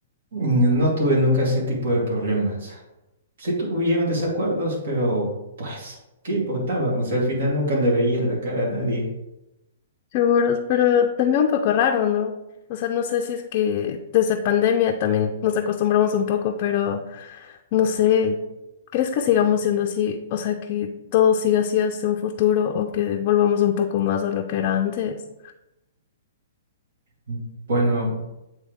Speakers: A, on the right; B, on the left.
A: Mm, No tuve nunca ese tipo de problemas. Sí tuvieron desacuerdos, pero pues, ¿qué importaban? O sea, al final nunca le veía la cara a nadie.
B: Seguros, pero también un poco raro, ¿no? O sea, no sé si es que desde pandemia también nos acostumbramos un poco, pero no sé, ¿crees que sigamos siendo así? O sea, que todo siga así hasta un futuro o que volvamos un poco más a lo que era antes.
A: Mm, Bueno,